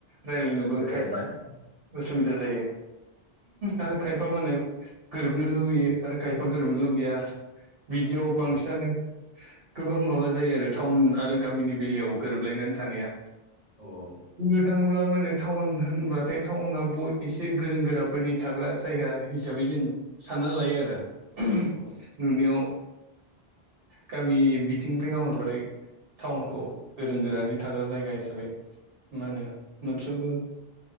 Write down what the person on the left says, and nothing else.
असुबिदा जायो
आरोना
औ
औ
औ
औ
औ
औ